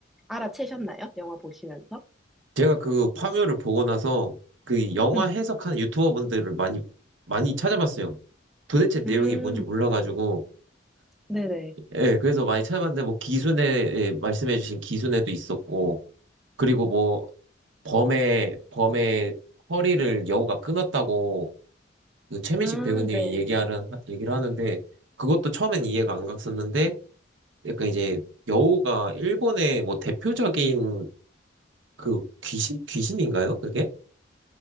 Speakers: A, in the centre; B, on the right.
A: 알아채셨나요? 영화 보시면서?
B: 제가 그 파묘를 보고 나서 그 영화
A: 음,
B: 해석하는 유튜버분들을 많이 많이 찾아봤어요. 도대체 내용이
A: 음,
B: 뭔지 몰라가지고
A: 네네.
B: 예 그래서 많이 찾아봤는데 뭐 기순에 예, 말씀해주신 기순에도 있었고 그리고 뭐 범의 범의 허리를 여우가 끊었다고 그 최민식
A: 아,
B: 배우님이
A: 네.
B: 얘기하는 얘기를 하는데 그것도 처음엔 이해가 안 갔었는데 약간 이제 여우가 일본의 뭐 대표적인 그 귀신 귀신인가요? 그게?